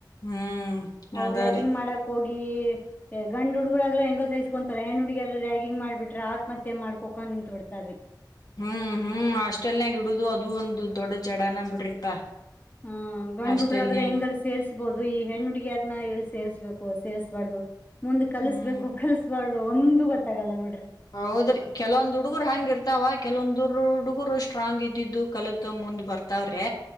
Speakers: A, on the left; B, on the left.
A: ಹ್ಮ್
B: ಅವರು
A: ಅದರಿ
B: ರ್ಯಾಗಿಂಗ್ ಮಾಡಕ್ ಹೋಗಿ. ಈ ಗಂಡ್ ಹುಡುಗುರ್ ಆದ್ರೆ ಹೆಂಗೋ ಸೈಸ್ಕೊಂತಾರೆ ಹೆಣ್ ಹುಡ್ಗಿರ್ಗ ರ್ಯಾಗಿಂಗ್ ಮಾಡಬಟ್ರೆ ಆತ್ಮ ಅತ್ತ್ ತ್ತೆ ಮಾಡ್ಕೋಕ ನಿಂತು ಬಿಡ್ತಾರೀ.
A: ಹ್ಮ್ ಹ್ಮ್ ಅಷ್ಟೆಲ್ಲ ಯಂಗ್ ಇಡುದು ಅದು ಒಂದು. ದೊಡ್ಡ ಜಡನಾ ಬಿಡ್ರಿಪಾ.
B: ಹಾ ಗಂಡ್
A: ಹಾಸ್ಟೆಲ್ನಾಗ
B: ಹುಡ್ರಾದ್ರೆ ಹೆಂಗಾರ ಸೇರ್ಸ್ಬೋದು ಈ ಹೆಣ್ಣ್ ಹುಡ್ಗಿಯಾರನ್ನ ಎಲ್ಲಿ ಸೇರ್ಸ್ಬೇಕು. ಒ ಸೇರಿಸ್ಬಾರ್ದು. ಮುಂದೆ ಕಲ್ಸ್
A: ಹ್ಮ್
B: ಬೇಕೋ ಕಲ್ಸ್ಬಾರ್ದ್ ಒಂದು ಗೊತ್ತಾಗಲ್ಲ ನೋಡ್ರಿ.
A: ಹೌದ್ರಿ ಕೆಲವೊಂದ್ ಹುಡುಗರ್ ಹಾಂಗ್ ಇರ್ತಾವ ಕೆಲವೊಂದ್ ಉರ್ರ್ ಹುಡುಗರು ಸ್ಟ್ರಾಂಗ್ ಇದ್ದಿದ್ದು ಕಲತ್ ಮುಂದ್ ಬರ್ತಾವ್ರೆ.